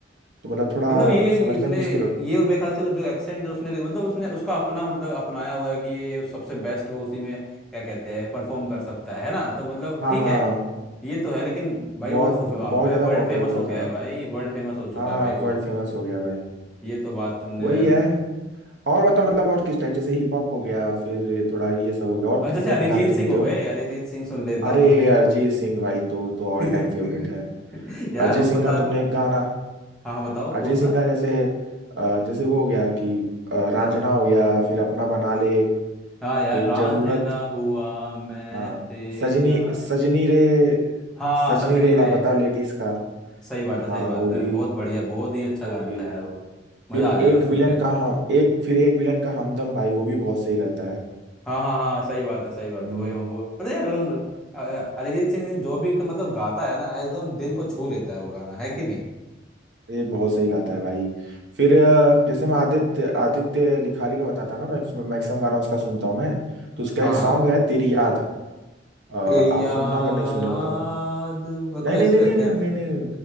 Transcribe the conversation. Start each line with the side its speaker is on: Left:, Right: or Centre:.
Right: तो मतलब थोड़ा
Centre: मतलब ये
Right: समझने
Centre: इसने
Right: में मुश्किल होता
Centre: ये मेरे ख्याल से उस जो एक्सेंट है उसने मतलब उसने उसका अपना मतलब अपनाया हुआ है कि ये सबसे बेस्ट वो उसी में क्या कहते हैं परफॉर्म कर सकता है है ना तो मतलब
Right: हाँ
Centre: ठीक
Right: हाँ
Centre: है ये तो है लेकिन भाई
Right: बहुत
Centre: वो फु- फु-
Right: बहुत
Centre: भाई
Right: ज्यादा
Centre: वर्ल्ड
Right: पॉपुलर
Centre: फेमस
Right: हुआ
Centre: हो गया
Right: था
Centre: है भाई वर्ल्ड फेमस हो चुका
Right: हाँ हाँ
Centre: है भाई वो
Right: वर्ल्ड फेमस हो गया भाई
Centre: ये तो बात तुमने
Right: वही
Centre: यार
Right: है और बताओ मतलब और किस टाइप जैसे हिप हॉप हो गया फिर थोड़ा ये सब हो गया और
Centre: और
Right: किस
Centre: जैसे
Right: तरह
Centre: अरिजीत
Right: के गाने सुनते
Centre: सिंह हो
Right: हो
Centre: गए अरिजीत सिंह सुन लेता
Right: अरे
Centre: हूँ
Right: अरिजीत सिंह भाई तो तो ऑल
Centre: <laughs>
Right: टाइम फेवरेट है अरिजीत
Centre: यार वो
Right: सिंह
Centre: पता
Right: का तुमने एक गाना
Centre: हाँ हाँ बताओ
Right: अजय
Centre: कौन
Right: सिंह
Centre: सा
Right: का जैसे अ, जैसे वो हो गया कि अ, रांझना हो गया फिर अपना बना ले
Centre: हाँ यार
Right: फिर
Centre: रांझ
Right: जरूरत
Centre: ना हुआ मैं
Right: हाँ
Centre: तेरा
Right: सजनी सजनी रे
Centre: हाँ
Right: सजनी
Centre: सजनी
Right: रे लापता
Centre: रे
Right: लेडीज का
Centre: सही बात
Right: हाँ
Centre: है सही बात
Right: वो भी
Centre: है बहुत बढ़िया बहुत ही अच्छा
Right: वो
Centre: गाना
Right: भी
Centre: था यार वो मजा
Right: फिर
Centre: आ गया
Right: एक
Centre: था सुन
Right: विलन
Centre: के
Right: का हम एक फिर एक विलन का हमदम भाई वो भी बहुत सही रहता है
Centre: हाँ हाँ हाँ सही बात है सही बात
Right: हम्म
Centre: है वही हम वो मतलब यार रन अ- अरिजीत सिंह जो भी क- मतलब गाता है ना एकदम दिल को छू लेता है वो गाना है कि नहीं
Right: ये बहुत सही गाता है भाई फिर अ, जैसे मैं आदित्य आदित्य रिखारी का बताता ना मैक्सिमम मैक्सिमम गाना उसका सुनता हूँ मैं तो उसका
Centre: हाँ
Right: एक
Centre: हाँ
Right: सॉन्ग है तेरी याद अ,
Centre: तेरी
Right: आप
Centre: याद
Right: सुनना अगर नहीं सुने हो तो
Centre: वो
Right: नहीं
Centre: कुछ ऐसे
Right: नहीं नहीं
Centre: करके
Right: नहीं
Centre: है
Right: नहीं नहीं नहीं नहीं